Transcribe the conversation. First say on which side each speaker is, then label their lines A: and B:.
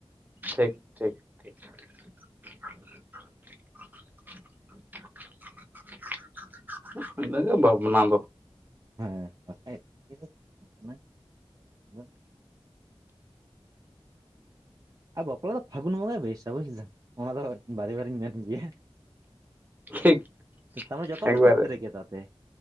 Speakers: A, on the right; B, on the right.
A: ᱴᱷᱤᱠ ᱴᱷᱤᱠ ᱴᱷᱤᱠ ᱾ <inaudible> <unintelligible> ᱤᱱᱟᱹ ᱜᱮ ᱵᱷᱟᱵᱽᱱᱟ ᱫᱚ᱾
B: ᱦᱮᱸ ᱵᱟᱠᱷᱟᱡ <unintelligible> ᱚᱱᱟ <unintelligible> ᱟᱨ ᱵᱟᱯᱞᱟ ᱫᱚ ᱯᱷᱟᱹᱜᱩᱱ ᱵᱚᱸᱜᱟᱭ ᱵᱮᱥᱼᱟ ᱵᱩᱡ ᱮᱫᱟ ᱚᱱᱟ ᱫᱚᱭ ᱵᱟᱨᱮ ᱵᱟᱨᱤᱧ ᱢᱮᱱ ᱜᱮᱭᱟ᱾
A: <unintelligible> ᱴᱷᱤᱠ᱾
B: ᱛᱮ ᱛᱟ ᱢᱟᱱᱮ ᱡᱚᱛᱚ
A: ᱮᱠᱵᱟᱨᱮ
B: ᱦᱚᱲ ᱠᱷᱮᱛ ᱨᱮᱜᱮ ᱫᱟ ᱛᱮ᱾